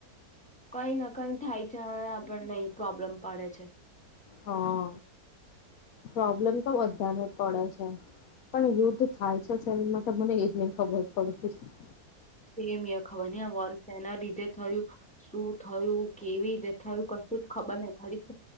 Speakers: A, in the centre; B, on the left.
A: કઈ ન કઈ થાય છે અને આપણને પ્રોબ્લેમ પાડે છે.
B: હા, પ્રોબ્લેમ તો બધાને પડે છે. પણ યુદ્ધ થાય છે એની માટે મને એજ નહી ખબર પડતી.
A: સેમ યહ ખબર નહીં આ વોર સેના લીધે થયું. શું થયું કેવી રીતે થયું કશું જ ખબર નહીં. ખાલી